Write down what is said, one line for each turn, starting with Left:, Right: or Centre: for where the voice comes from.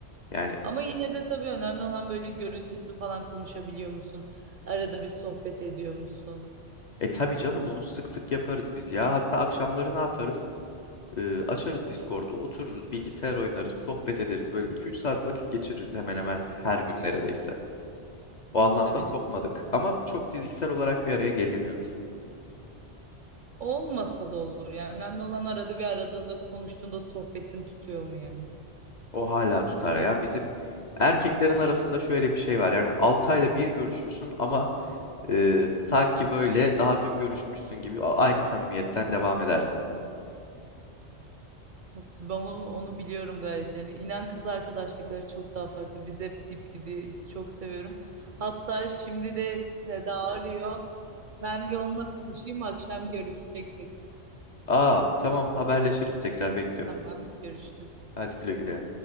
Left: Yani
Right: Ama yine de tabii önemli olan böyle görüntülü falan konuşabiliyor musun? Arada bir sohbet ediyor musun?
Left: e tabii canım onu sık sık yaparız biz ya. Hatta akşamları ne yaparız? Ee, açarız Discord'u, otururuz, bilgisayar oynarız, sohbet ederiz. Böyle iki üç saat vakit geçiririz hemen hemen her gün neredeyse. O anlamda
Right: Tabii
Left: kopmadık.
Right: canım.
Left: Ama çok fiziksel olarak bir araya gelemiyoruz.
Right: Olmasa da olur yani. Önemli olan arada bir aradığında konuştuğunda sohbetin tutuyor mu yani?
Left: O hala tutar ya. Bizim erkeklerin arasında şöyle bir şey var. Yani 6 ayda bir görüşürsün ama e, sanki böyle daha dün görüşmüşsün gibi a- aynı samimiyetten devam edersin.
Right: Yok, ben Onu, onu biliyorum gayet yani. İnan kız arkadaşlıkları çok daha farklı. Biz hep dip dibiyiz. Çok seviyorum. Hatta şimdi de Seda arıyor. Ben bir onunla konuşayım. Akşam görüşecektik.
Left: Aa tamam haberleşiriz tekrar bekliyorum.
Right: Tamam, görüşürüz.
Left: Hadi güle güle.